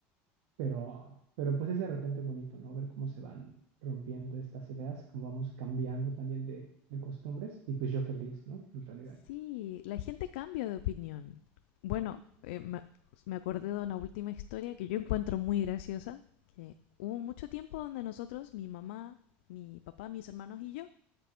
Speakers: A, on the right; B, on the left.
A: pero, pero pues es de repente bonito, ¿no? Ver cómo se van rompiendo estas ideas, cómo vamos cambiando también de, de costumbres. Y pues yo feliz, ¿no? En realidad.
B: Sí, la gente cambia de opinión. Bueno, eh, me, me acordé de una última historia que yo encuentro muy graciosa, que hubo mucho tiempo donde nosotros, mi mamá, mi papá, mis hermanos y yo,